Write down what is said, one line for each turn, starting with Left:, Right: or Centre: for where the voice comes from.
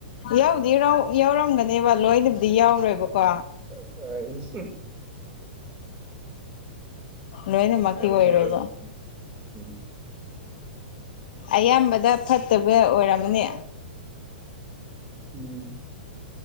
Left: ꯌꯥꯎꯕꯨꯗꯤ ꯌꯥꯎ ꯌꯥꯎꯔꯝꯒꯅꯦꯕ ꯂꯣꯏꯅꯕꯨꯗꯤ ꯌꯥꯎꯔꯣꯏꯕꯀꯣ
Right: <unintelligible>
Left: ꯂꯣꯏꯅꯃꯛꯇꯤ
Right: ꯌꯧꯗꯤ
Left: ꯑꯣꯏꯔꯣꯏꯕ
Right: ꯌꯧꯔꯝꯒꯅꯤ ꯎꯝ
Left: ꯑꯌꯥꯝꯕꯗ ꯐꯠꯇꯕ ꯑꯣꯏꯔꯝꯃꯅꯤ
Right: ꯎꯝ